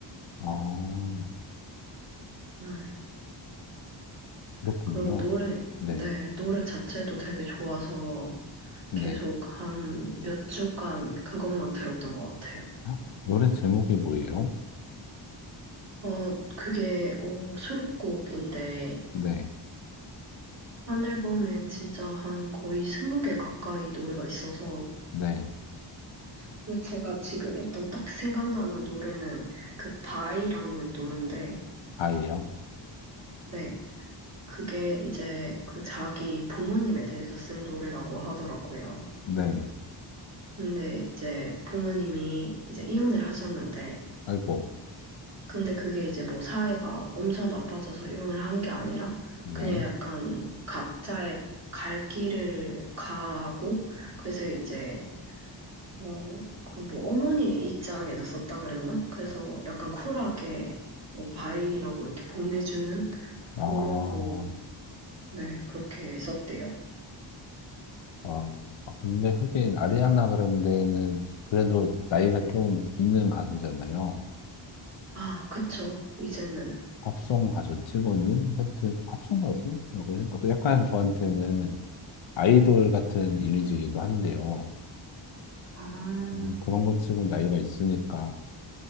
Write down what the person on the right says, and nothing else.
음,
그리고 노래,
네, 노래 자체도 되게 좋아서
계속 한 몇 주간 그것만 들었던 것 같아요.
어, 그게, 어, 수록곡인데,
한 앨범에 진짜 한 거의 스무 개 가까이 노래가 있어서.
근데 제가 지금 일단 딱 생각나는 노래는 그 바이라는 노래인데,
네. 그게 이제 그 자기 부모님에 대해서 쓴 노래라고 하더라고요.
근데 이제 부모님이 이제 이혼을 하셨는데,
근데 그게 이제 뭐 사회가 엄청 나빠져서 이혼을 한 게 아니라,
그냥 약간 각자의 갈 길을 가고, 그래서 이제 어, 그 뭐 어머니 입장에서 썼다 그랬나? 그래서 약간 쿨하게 뭐 바이라고 이렇게 보내주는 그런
거, 네, 그렇게 썼대요.
아, 그쵸, 이제는.
아,